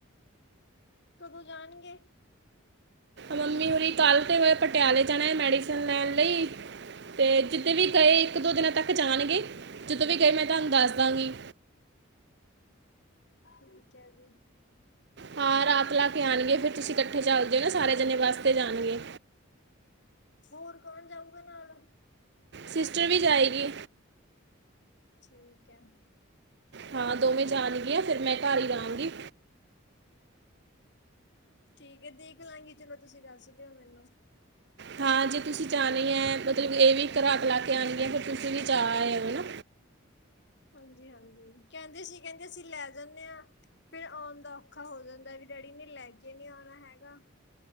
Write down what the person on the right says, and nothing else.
ਮੰਮੀ ਹੁਰੀ ਕੱਲ ਤੇ ਅ ਪਟਿਆਲ਼ੇ ਜਾਣਾ ਐ, ਮੈਡੀਸਨ ਲੈਣ ਲਈ ਅਤੇ ਜਿੱਦੇ ਵੀ ਗਏ ਇੱਕ -ਦੋ ਦਿਨਾਂ ਤੱਕ ਜਾਣਗੇ, ਜਦੋਂ ਵੀ ਗਏ ਮੈਂ ਤੁਹਾਨੂੰ ਦੱਸ ਦਾਂਗੀ
ਹਾਂ ਰਾਤ ਲਾ ਕੇ ਆਣਗੇ, ਫਿਰ ਤੁਸੀਂ ਇਕੱਠੇ ਚਲ ਜਿਓ ਨਾ ਸਾਰੇ ਜਣੇ ਬੱਸ ਜਾਣਗੇ
ਸਿਸਟਰ ਵੀ ਜਾਏਗੀ
ਹਾਂ ਦੋਵੇਂ ਜਾਣਗੀਆਂ, ਫਿਰ ਮੈਂ ਘਰ ਹੀ ਰਹਾਗੀ।
ਹਾਂ ਜੇ ਤੁਸੀਂ ਜਾਣੇ ਐ ਮਤਲਬ ਇਹ ਵੀ ਇਕ ਰਾਤ ਲਾ ਕੇ ਆਣਗੇ, ਫਿਰ ਤੁਸੀਂ ਵੀ ਜਾ ਆਇਓ ਹਨਾ